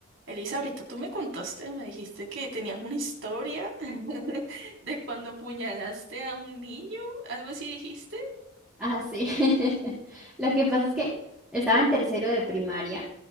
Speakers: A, on the right (about 70°); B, in the centre.
A: Elisa, ahorita tú me contaste, me dijiste que tenías una historia <laughs> de cuando apuñalaste a un niño, algo así dijiste.
B: Ah, sí. <laughs> Lo que pasa es que estaba en tercero de primaria